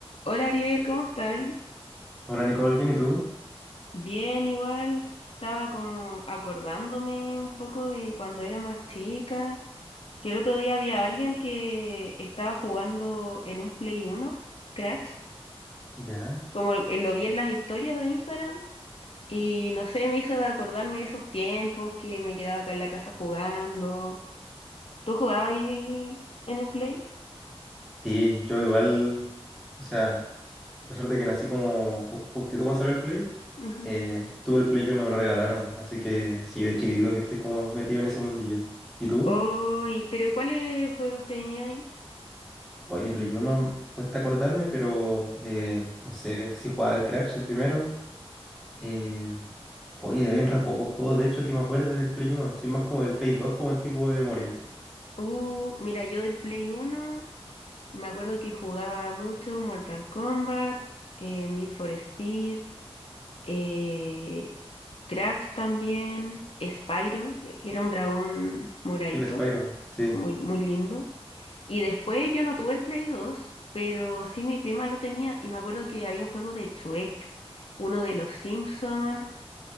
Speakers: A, on the left; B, in the centre.
A: Hola Ariel, ¿cómo estás?
B: Hola Nicole, ¿bien y tú?
A: Bien, igual. Estaba como acordándome un poco de cuando era más chica, que el otro día había alguien que estaba jugando en un Play uno, Crash,
B: Ya.
A: como lo eh, lo vi en las historias de Instagram, y no sé, me hizo acordarme de esos tiempos que me quedaba acá en la casa jugando. ¿Tú jugabas ahí en el Play?
B: Sí, yo igual, o sea, a pesar de que nací como ju- justito cuando salió el Play,
A: Ujú.
B: eh, tuve el Play uno me lo regalaron, así que sí, de chiquitito que estoy como metido en ese mundillo. ¿Y tú?
A: Oh, y- pero ¿y cuáles juegos tenías? ahí?
B: Hoy de Play uno cuesta acordarme, pero eh, no sé, sí jugaba al Crash el primero. Eh, oye, habían re pocos juegos, de hecho, que me acuerde del Play uno, soy más como del Play 2 como en tipo de memoria.
A: Uh, mira, yo del Play uno. Me acuerdo que jugaba mucho Mortal Kombat, eh, Need for Speed, eh, Crash también, Spyro, e- era un dragón moradito,
B: Y el Spyro, sí,
A: muy, muy lindo. Y después yo no tuve el Play 2, pero sí mi prima lo tenía y me acuerdo que había un juego de Shrek, uno de los Simpsons